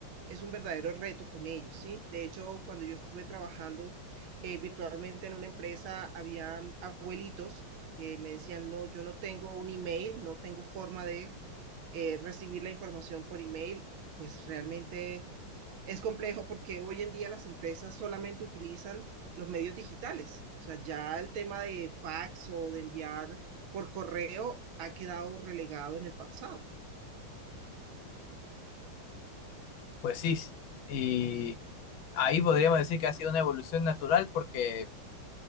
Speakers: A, on the right; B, on the left.
A: es un verdadero reto con ellos, ¿sí? De hecho, cuando yo estuve trabajando eh, virtualmente en una empresa, habían abuelitos que me decían, no, yo no tengo un email, no tengo forma de eh, recibir la información por email. Y pues realmente es complejo porque hoy en día las empresas solamente utilizan los medios digitales. O sea, ya el tema de fax o de enviar por correo ha quedado relegado en el pasado.
B: Pues sí, y ahí podríamos decir que ha sido una evolución natural porque